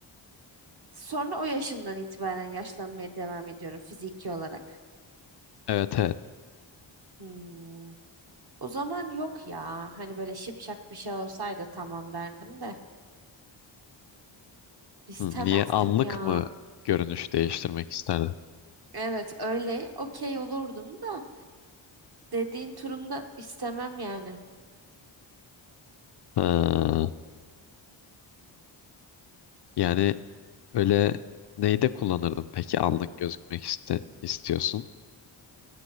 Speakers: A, on the right; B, on the left.
A: Sonra o yaşımdan itibaren yaşlanmaya devam ediyorum fiziki olarak.
B: Evet evet.
A: Hmm. O zaman yok ya. Hani böyle şipşak bir şey olsaydı tamam derdim de. İstemezdim
B: Hı, niye anlık
A: ya.
B: mı görünüş değiştirmek isterdin?
A: Evet öyle okey olurdum da dediğin turumda istemem yani.
B: Ha, yani öyle neyde kullanırdın peki anlık gözükmek iste istiyorsun?